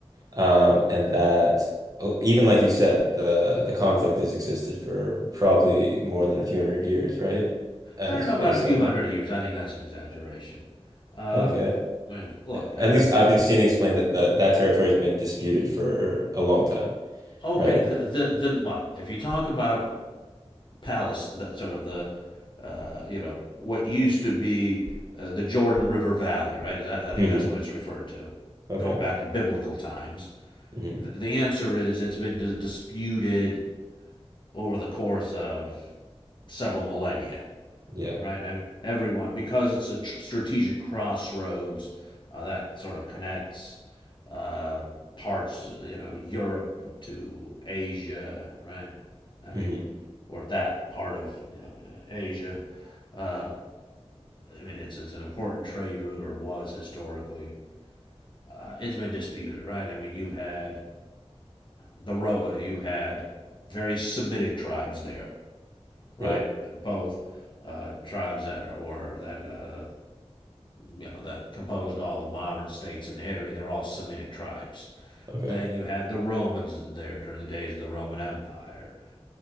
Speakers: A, on the right; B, on the left.
A: Um, and that oh, even like you said, the the conflict has existed for probably more than a few hundred years, right? At
B: I don't
A: its
B: know about
A: base
B: a few
A: level.
B: hundred years. I think that's an exaggeration. Um,
A: Okay.
B: look,
A: A-
B: uh,
A: At least I've seen it explained that the, that territory has been disputed for a long time,
B: okay,
A: right?
B: the, the the well, if you talk about Palace, sort of the uh, you know what used to be uh, the Jordan River Valley, right? Is that I think
A: hmm
B: that's what it's referred to,
A: Okay.
B: going back to biblical times.
A: hmm
B: The answer is it's been dis- disputed over the course of several millennia,
A: Yeah.
B: right? I mean, everyone because it's a tr- strategic crossroads uh, that sort of connects uh, parts, you know, Europe to Asia, right? I mean,
A: Mm-hmm.
B: or that part of you know, Asia um, I mean, it's it's an important trade route, or was historically. Uh, it's been disputed, right? I mean, you've had the Ro- you've had very Semitic tribes there, right?
A: Yeah.
B: Both uh, tribes that are or that uh, you know that composed all the modern states in the area. They're all Semitic tribes.
A: Okay.
B: Then you had the Romans there during the days of the Roman Empire.